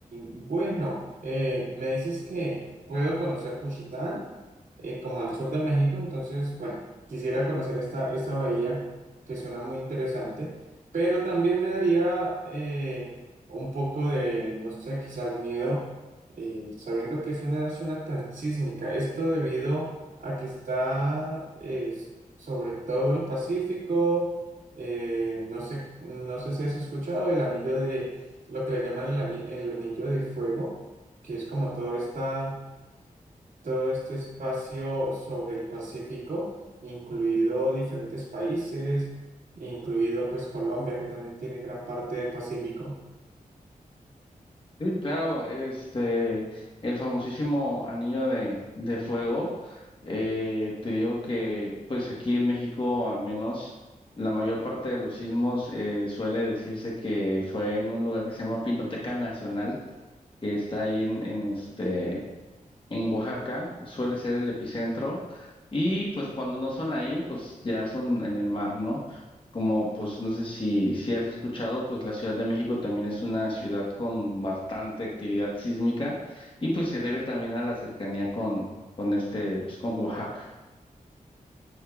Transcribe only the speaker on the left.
Sí, claro, este, el famosísimo anillo de, de fuego, eh, te digo que pues aquí en México al menos la mayor parte de los sismos eh, suele decirse que fue en un lugar que se llama Pinoteca Nacional, que está ahí en, en este, en Oaxaca, suele ser el epicentro, y pues cuando no son ahí, pues ya son en el mar, ¿no? Como pues no sé si, si has escuchado, pues la Ciudad de México también es una ciudad con bastante actividad sísmica y pues se debe también a la cercanía con, con este, pues con Oaxaca.